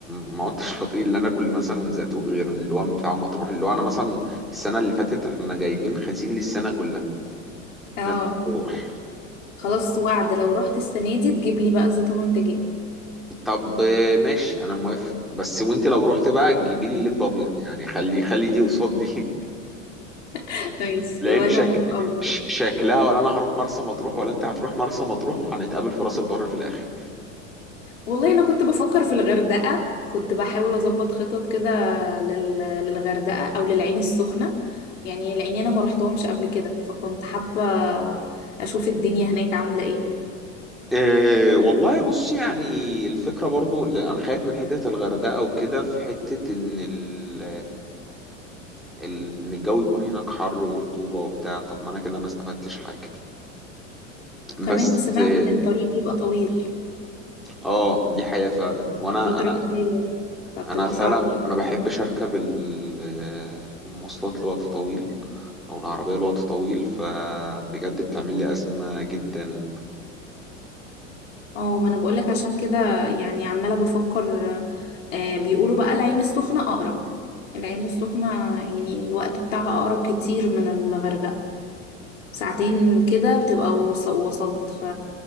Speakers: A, in the centre; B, on the left.
A: ما عدتش بطيق ان انا اكل مثلا زيتون غير اللي هو بتاع مطروح اللي هو انا مثلا السنه اللي فاتت احنا جايبين خزين للسنه كلها
B: اه
A: من مطروح
B: خلاص وعد لو رحت السنة دي تجيب لي بقى الزيتون وانت جاي
A: طب آه، ماشي انا موافق بس وانت لو رحت بقى تجيبي لي لب ابيض يعني خلي خلي دي قصاد دي
B: <laughs> ماشي
A: <laughs> لان
B: وأنا
A: شك
B: موافقة برضه.
A: ش- شكلها ولا انا هروح مرسى مطروح ولا انت هتروح مرسى مطروح وهنتقابل في راس البر في الاخر
B: والله انا كنت بفكر في الغردقه كنت بحاول اظبط خطط كده لل... للغردقه او للعين السخنه يعني لاني انا ما رحتهمش قبل كده فكنت حابه اشوف الدنيا هناك عامله ايه
A: أه والله بص يعني الفكرة برضو لا، أنا خايف من حتة الغردقة وكده في حتة إن ال ال- ان الجو يكون هناك حر ورطوبة وبتاع طب ما انا كده ما استفدتش حاجة
B: وكمان
A: بس
B: سمعت
A: اه
B: ان الطريق بيبقى طويل
A: آه، دي حقيقة فعلا وانا
B: فتره
A: انا
B: طويله فبتبقى
A: انا فعلا
B: صعبه شويه
A: ما بحبش اركب ال- آه، المواصلات لوقت طويل او العربية لوقت طويل فبجد بتعمل لي أزمة جدا
B: اه ما انا بقولك عشان كده يعني عماله بفكر آه بيقولوا بقى العين السخنه اقرب العين السخنه يعني الوقت بتاعها اقرب كتير من الغردقه ساعتين كده بتبقى وص- وصلت ف